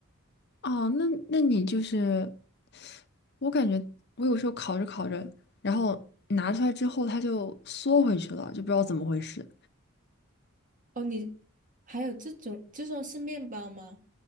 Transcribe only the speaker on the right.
哦，你还有这种这种是面包吗？